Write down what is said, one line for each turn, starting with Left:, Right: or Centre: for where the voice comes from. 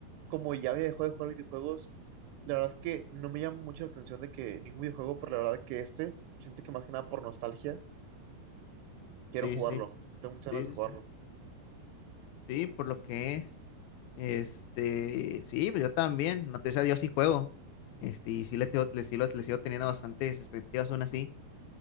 Right: como ya había dejado de jugar videojuegos, la verdad que no me llama mucho la atención de que ningún videojuego, pero la verdad que este, siento que más que nada por nostalgia, quiero
Left: Sí,
Right: jugarlo.
Left: sí,
Right: Tengo muchas
Left: Sí,
Right: ganas de
Left: sí,
Right: jugarlo.
Left: sí. Sí, por lo que es. Este, sí, pero yo también. No te o sea, yo sí juego. Este, y sí le, tengo- le, sigo, le sigo teniendo bastantes expectativas aún así.